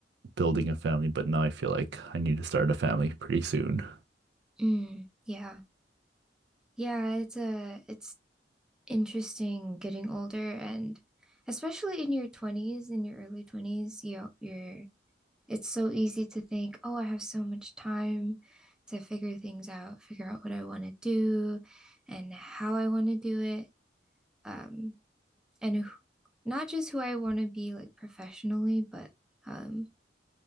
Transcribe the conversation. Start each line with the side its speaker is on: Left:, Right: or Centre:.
Right: building a family. But now I feel like I need to start a family pretty soon.
Centre: Mm, yeah. Yeah, it's a it's interesting getting older and especially in your 20s, in your early 20s, you you're it's so easy to think, "Oh, I have so much time to figure things out, figure out what I want to do and how I want to do it." Um, and who, not just who I want to be like professionally, but um